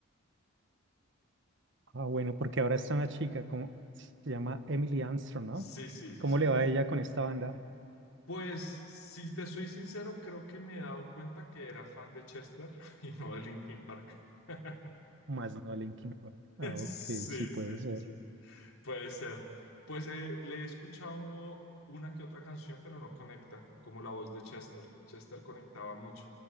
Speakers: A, on the right; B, on the left.
A: Ah, bueno, porque ahora está una chica, como, se llama Emily Armstrong, ¿no?
B: Sí, sí, sí,
A: ¿Cómo
B: sí.
A: le va a ella con esta banda?
B: Pues si te soy sincero, creo que me he dado cuenta que era fan de Chester <laughs> y no de Linkin Park. <laughs>
A: Más no a Linkin Park. Ah, ok,
B: Sí,
A: sí, puede
B: sí,
A: ser.
B: sí, sí. Puede ser. Pues eh, le he escuchado una que otra canción, pero no conecta, como la voz de Chester. Chester conectaba mucho.